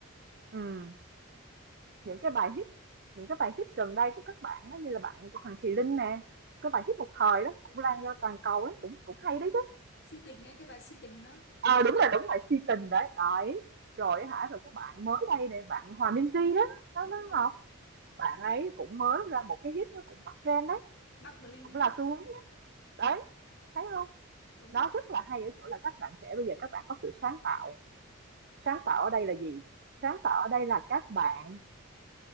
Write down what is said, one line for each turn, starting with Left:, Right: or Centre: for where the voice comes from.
Right: ừ. những cái bài hit những cái bài hit gần đây của các bạn đó, như là bạn của Hoàng Thùy Linh nè cái bài hit một thời đó cũng lan ra toàn cầu đó cũng cũng hay đấy chứ
Left: si tình ấy cái bài si tình đó
Right: ờ à, đúng là đúng là si tình đấy đấy rồi hả rồi cái bạn mới đây nè bạn Hòa Minh Di đó nó
Left: đúng
Right: nó
Left: rồi
Right: ngọc bạn
Left: Bắc
Right: ấy cũng mới ra một cái hit nó cũng bắt trend đấy
Left: Bắc Bling
Right: cũng
Left: ấy.
Right: là xu hướng đấy. đấy thấy không
Left: đúng
Right: nó
Left: rồi
Right: rất là hay ở chỗ là các bạn trẻ bây giờ các bạn có sự sáng tạo sáng tạo ở đây là gì sáng tạo ở đây là các bạn